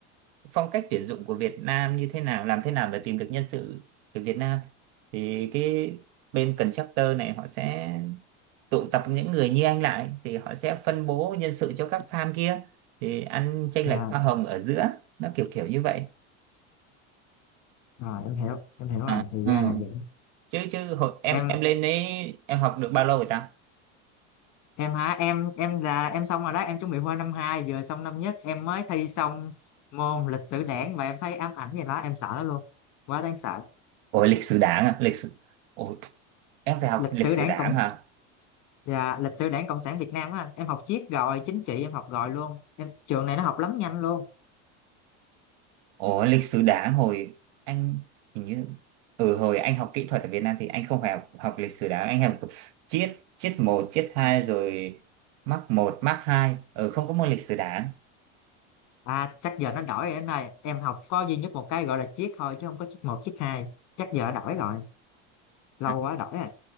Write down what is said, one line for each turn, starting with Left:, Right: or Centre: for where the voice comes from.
Right: phong cách tuyển dụng của Việt Nam như thế nào làm thế nào để tìm được nhân sự từ Việt Nam thì cái bên contractor này họ sẽ tụ tập những người như anh lại thì họ sẽ phân bố nhân sự cho các farm kia thì ăn chênh
Left: Dạ.
Right: lệch hoa hồng ở giữa nó kiểu kiểu như vậy
Left: Rồi em hiểu, em hiểu rồi,
Right: à,
Left: thì
Right: ừ.
Left: ra là vậy.
Right: chứ chứ hồi em
Left: em
Right: em lên đấy em học được bao lâu rồi ta
Left: em hả em em là em xong rồi đó em chuẩn bị qua năm hai vừa xong năm nhất em mới thi xong môn lịch sử đảng và em thấy ám ảnh gì đó em sợ nó luôn quá đáng sợ
Right: ôi lịch sử đảng à lịch sử ôi em phải học
Left: lịch
Right: lịch
Left: sử
Right: sử
Left: đảng
Right: đảng
Left: cộng
Right: hả
Left: dạ, lịch sử đảng cộng sản Việt Nam á anh em học triết rồi chính trị em học rồi luôn em trường này nó học lắm nhanh luôn
Right: Ồ, lịch sử đá hồi anh hình như ừ hồi anh học kỹ thuật ở Việt Nam thì anh không phải học, học lịch sử đá anh học triết triết một triết hai rồi mắc một mắc hai ừ không có môn lịch sử đá
Left: à chắc giờ nó đổi rồi anh ơi em học có duy nhất một cái gọi là triết thôi chứ không có triết một triết hai chắc giờ đổi rồi lâu
Right: à,
Left: quá đổi rồi